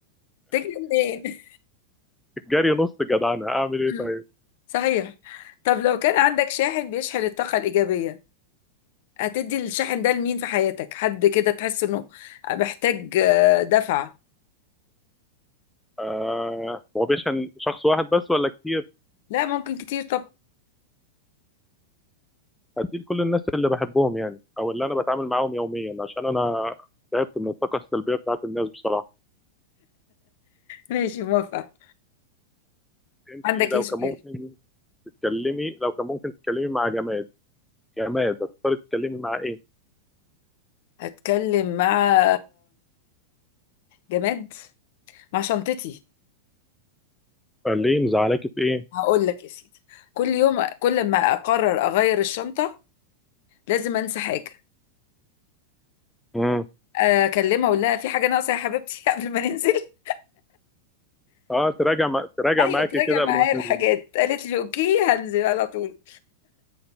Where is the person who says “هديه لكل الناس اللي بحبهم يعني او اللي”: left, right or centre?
Centre